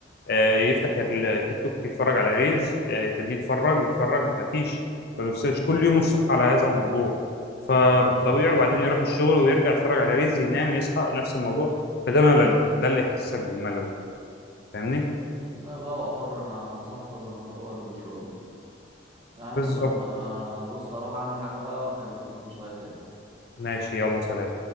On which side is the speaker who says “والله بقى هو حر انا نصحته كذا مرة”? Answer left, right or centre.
Right